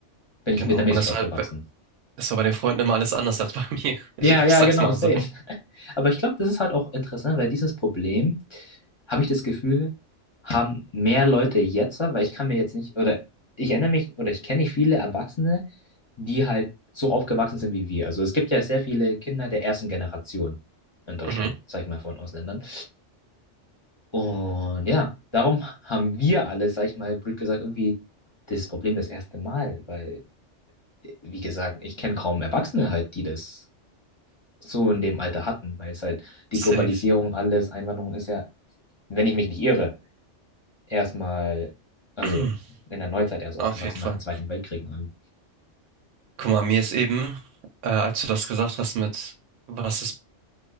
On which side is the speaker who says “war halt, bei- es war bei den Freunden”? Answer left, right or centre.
Right